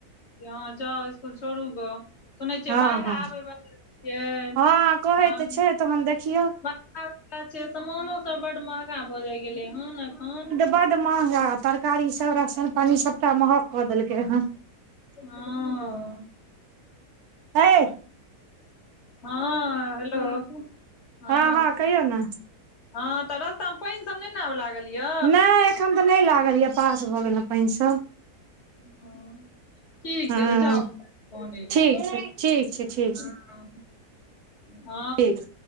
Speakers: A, on the left; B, on the right.
A: अहां जाउ स्कुल छोड़ू ग सुनै छियै
B: हँ
A: बाढ़ि
B: हँ
A: आबे वला छियै
B: हँ कहै
A: हँ
B: तऽ छै तहन देखियौ
A: बाढ़ आबै बला छै सामानो सब बड महंगा भऽ जाय गेलै हन एखन
B: बड महंगा तरकारी सब राशन पानी सबटा महग कऽ देलकै हन
A: हँ
B: हय
A: हँ हेलो हं
B: हँ हँ कहियौ ने
A: हं तऽ रस्ता मे पानि सब नैने आब लागल य
B: नहि एखन तऽ नहि लागल य पास भऽ गेल हं पानि सब
A: हँ ठीक
B: हँ
A: छै तऽ जाउ अनै
B: ठीक
A: ल
B: छै ठीक छै ठीक छै
A: हं हँ
B: ठीक